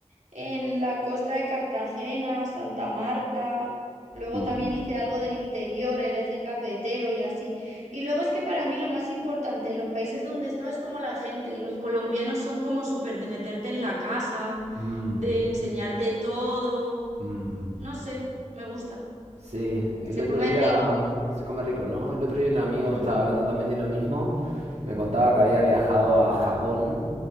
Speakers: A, on the right; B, on the right.
A: en la costa de Cartagena, Santa Marta, luego
B: Y...
A: también hice algo del interior, el eje cafetero y así. Y luego es que para mí lo más importante, los países donde he estado es como la gente, y los colombianos son como súper de meterte en la casa,
B: mm,
A: de enseñarte todo,
B: mm.
A: no sé, me gusta,
B: Sí,
A: se
B: el otro
A: come
B: día
A: rico.
B: se come rico, ¿no? El otro día un amigo
A: Ujú.
B: estaba hablando también de lo mismo. Me contaba que había viajado a Japón